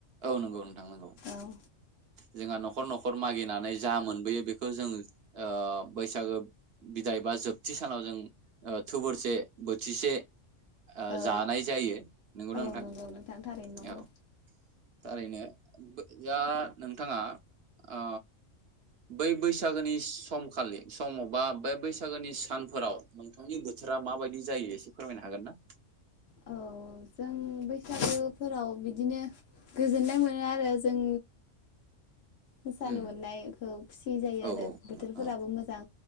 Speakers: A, on the right (about 60°); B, on the left (about 60°).
A: औ नंगौ नोंथां नंगौ।
B: औ
A: जोंहा न'खर न'खर मागिनानै जा मोनबोयो बेखौ जों अ बैसागो बिदाय बा जोबथि सानाव जों ओ थुबोरसे बोथिसे ओ
B: औ
A: जानाय जायो नंगौना
B: औ
A: नोंथां
B: नंगौ नोंथां थारैनो नंगौ।
A: औ थारैनो बो दा नोंथाङा अ बै बैसागोनि सम खालि सम बा बे बैसागोनि सानफोराव नोंथांनि बोथोरा माबायदि जायो एसे फोरमायनो हागोन ना।
B: औ जों बैसागोफोराव बिदिनो गोजोननाय मोनो आरो जों मोसानो
A: उम
B: मोननायखौ खुसि जायो
A: औ
B: आरो बोथोरफोराबो
A: औ
B: मोजां